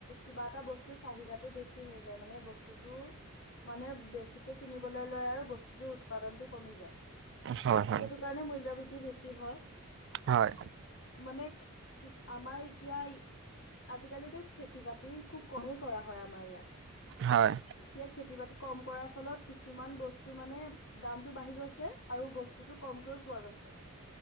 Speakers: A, on the left; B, on the right.
A: কিবা এটা বস্তুৰ চাহিদা ো বেছি হৈ যায় মানে বস্তুতটো মানুে বেছিকে কিনিবলৈ লয় আৰু বস্তুতটো উৎপাদনতটো কমি যায় সেইটো
B: হয় হয়।
A: কাৰণে মূল্্যয় বৃদ্ধি বেছি হয়
B: হয়
A: মানে কি আমাৰ এতিয়া আজিকালিতো খেতি বাতি খুব কমেই কৰা হয় আমাৰ ইয়াত
B: হয়
A: এতিয়া খেতি বাতি কম কৰা ফলত কিছুমান বস্তু মানে দামতটো বাঢ়ি গৈছে আৰু বস্তুতটো কমকৈও পোৱা গৈছে